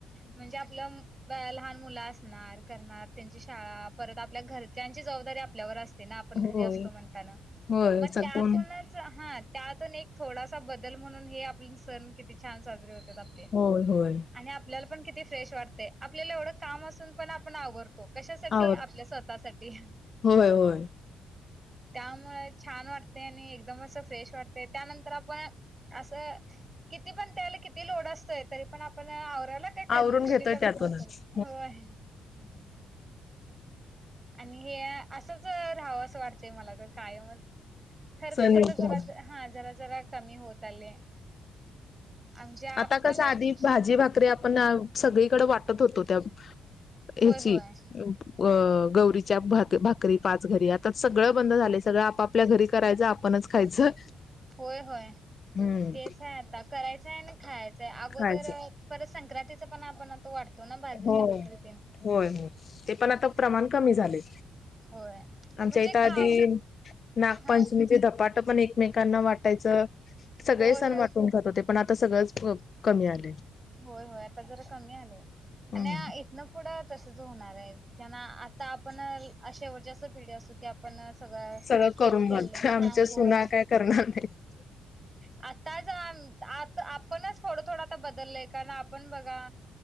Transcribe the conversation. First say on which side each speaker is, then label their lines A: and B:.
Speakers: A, on the right; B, on the left.
A: म्हणजे आपलं. लहान मुलं असणार करणार त्यांची शाळा परत आपल्या घर त्यांची जबाबदारी आपल्यावर असते. ना आपण
B: होय
A: घरी असतो म्हणताना
B: होय
A: मग
B: सगून
A: त्यातूनच हा. त्यातून एक थोडासा बदल म्हणून हे आपले सण किती छान साजरे होते.
B: होय होय.
A: आणि आपल्याला पण किती फ्रेश वाटते आपल्याला एवढं काम असून पण आपण आवरतो. तो कशासाठी
B: आवड
A: आपल्या स्वतःसाठी
B: होय होय.
A: त्यामुळे छान वाटते आणि एकदम अस फ्रेश वाटते त्यानंतर आपण असं किती पण त्या किती लोड असतो त पण आपण कराला का कधी
B: आवरून घेतोय
A: क का
B: त्यातूनच
A: कर होय. आणि हे असंच रावं असं वाटतंय मला तर कायमच खर
B: स्वनिर्मित
A: तरच आता जरा
B: राहणं.
A: हा जरा जरा कमी होत आले. म्हणजे आपणच
B: आता कस आधी भाजी भाकरी आपण सगळी कड वाटत होतो त्याहची
A: होय होय
B: अ गौरीच्या भाक भाकरी पाच घरी आता सगळं बंद झाले सगळं आपापल्या घरी करायचं आपण खायचं.
A: होय होय
B: हम्म
A: तेच आहे आता करायचं आहे आणि खायचं. अगोदर
B: खायचं
A: परत संक्रांतीचा पण आपण वाटतो. ना बाजरीच्या
B: हो
A: भाकरी तेन
B: होय हो ते पण आता प्रमाण कमी झाले.
A: होय
B: आमच्या
A: म्हणजे
B: इथं आधी
A: गाव
B: नागपंचमीचे
A: हा
B: धपाट पण एक एकमेकांना वाटायचं सगळे
A: होय
B: सण
A: होय
B: वाटून जात होते पण आता सगळंच कमी आले.
A: होय होय आता जरा कमी आलंय आणि
B: हम्म
A: इथनं पुढं तसच होणार आहे. त्यांना आता आपण अशेवटच्या अस पिढी असू की आपण सगळ
B: सगळं
A: खेळ
B: करून
A: खेळल्या
B: घालतोय आमच्या
A: हा होय
B: सुना काय करणार नाहीत.
A: आ. त्या आता आपणच थोडं थोडं आता बदललं. आपण बघा